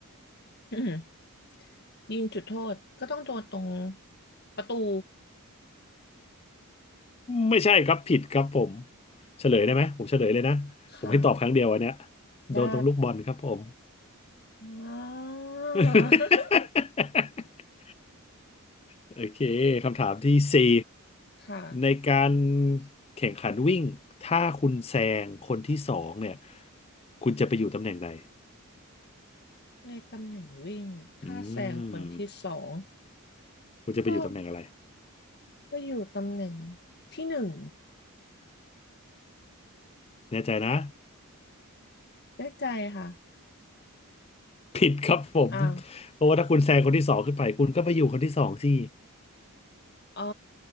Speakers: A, on the left; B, on the left.
A: <coughs> อืมยิงจุดโทษก็ต้องโดนตรงประตู
B: ไม่ใช่ครับผิดครับผมเฉลยได้ไหมผมเฉลยเลยนะผมให้ตอบครั้งเดียวอันเนี้ย
A: ค่ะได้
B: โดนตรงลูกบอลครับผม
A: อ่าว
B: <laughs>
A: <laughs>
B: โอเคคำถามที่สี่
A: ค่ะ
B: ในการแข่งขันวิ่งถ้าคุณแซงคนที่สองเนี่ยคุณจะไปอยู่ตำแหน่งใด
A: ในตำแหน่งวิ่งถ้าแซงคนที่สอง
B: อืมคุณจะไปอยู่ตำแหน่งอะไร
A: ก็ก็อยู่ตำแหน่งที่หนึ่ง
B: แน่ใจนะ
A: ได้ใจค่ะ
B: ผิดครับผม
A: อ้าว
B: เพราะว่าถ้าคุณแซงคนที่สองขึ้นไปคุณก็ไปอยู่คนที่สองสิ
A: อ๋อ